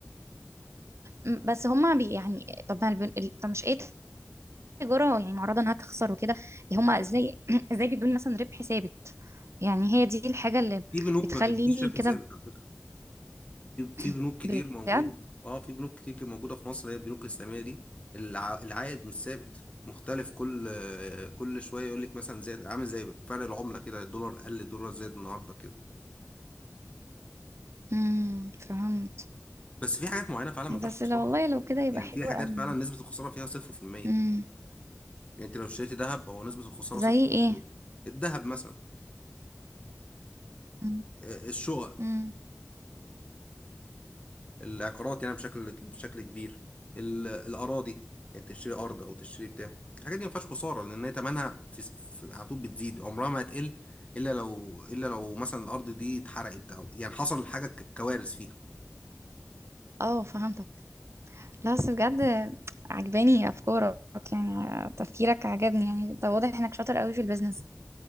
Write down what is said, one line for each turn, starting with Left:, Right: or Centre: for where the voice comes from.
Right: م، بس هما بي يعني طب ما البن... ال- طب مش ايه تجارة يعني معرضة انها تخسر وكده إيه هما ازاي <clears throat> ازاي بيدوني مثلا ربح ثابت يعني هي دي الحاجة اللي
Left: في بنوك
Right: بتخليني
Left: ما بتديكيش ربح
Right: كده
Left: ثابت على فكره في في
Right: <clears throat>
Left: بنوك كتير
Right: بجد
Left: موجوده في- اه في بنوك كتير موجوده في مصر هي البنوك الاسلاميه دي الع... العائد مش ثابت مختلف كل آه، كل شويه يقول لك مثلا زي عامل زي فرق العمله كده الدولار قل الدولار زاد النهارده كده
Right: امم فهمت
Left: بس في حاجات معينه فعلا ما فيهاش
Right: بس
Left: خساره
Right: لو والله لو كده يبقى
Left: يعني
Right: حلو
Left: في حاجات
Right: قوي
Left: فعلا نسبه الخساره فيها 0%
Right: امم
Left: يعني انت لو اشتريتي ذهب هو نسبه الخساره
Right: زي
Left: 0%
Right: ايه
Left: الذهب مثلا
Right: امم
Left: آه، الشقق
Right: أمم.
Left: العقارات يعني بشكل بشكل كبير ال- الأراضي يعني تشتري أرض أو تشتري بتاع الحاجات دي ما فيهاش خسارة لأن هي تمنها في, في على طول بتزيد عمرها ما هتقل إلا لو إلا لو مثلا الأرض دي اتحرقت أو يعني حصل حاجة ك- كوارث فيها
Right: اه فهمتك لا بس بجد عجباني افكارك يعني تفكيرك عجبني يعني ده واضح انك شاطر قوي في البيزنس